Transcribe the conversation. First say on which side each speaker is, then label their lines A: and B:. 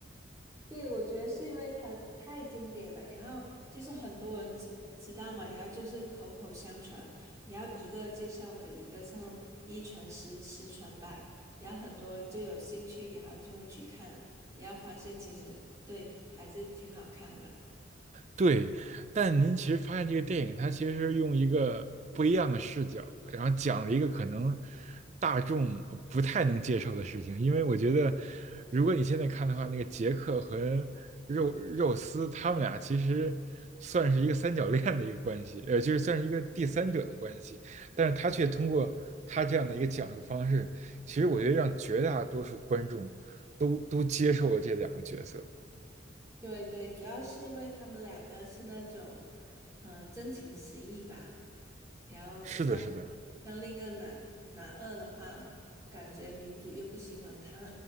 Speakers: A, on the right; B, on the right.
A: 对，我觉得是因为它太经典了，然后就是很多人知知道嘛，然后就是口口相传，然后一个介绍给一个，像那种一传十，十传百，然后很多人就有兴趣，然后就会去看，然后发现其实对还是挺好看的。
B: 对，但您其实发现这个电影，它其实是用一个不一样的视角，然后讲了一个可能大众不太能接受的事情。因为我觉得，如果你现在看的话，那个杰克和肉肉丝他们俩其实算是一个三角恋的一个关系，呃，就是算是一个第三者的关系。但是他却通过他这样的一个讲述方式，其实我觉得让绝大多数观众都都接受了这两个角色。
A: 对对，主要是因为他们两个是那种，嗯、真情实意吧。然后像
B: 是的，是的，
A: 像另一个男男二的话，感觉女主又不喜欢他。